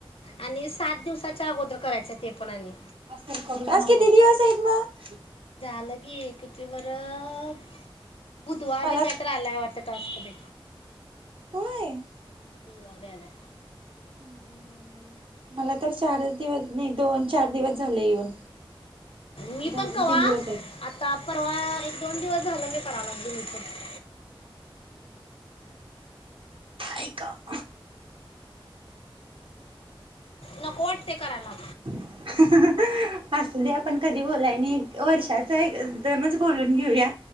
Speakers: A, on the left; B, on the right.
A: आणि सात दिवसाच्या अगोदर करायच ते पण आणि
B: टास्क किती दिवस हाईत म
A: झालं की किती बरं बुधवारी
B: मला
A: काहीतरी आलाय वाटत. टास्क ते
B: होय.
A: हम्म बुधवारी आलाय.
B: <unintelligible> मला तर चारच दिवस नाही, दोन चार दिवस झाले येऊन,
A: मी
B: म्हणजे
A: पण
B: अजून
A: कवा
B: तीन दिवस आहेत.
A: आता परवा एक दोन दिवस झालं मी करा लागलोय मी पण <inaudible>
B: ऐका <inaudible>
A: नको वाटते करायला
B: <inaudible> असू दे आपण कधी बोलाय नाही वर्षाच एकदमच बोलून घेऊया.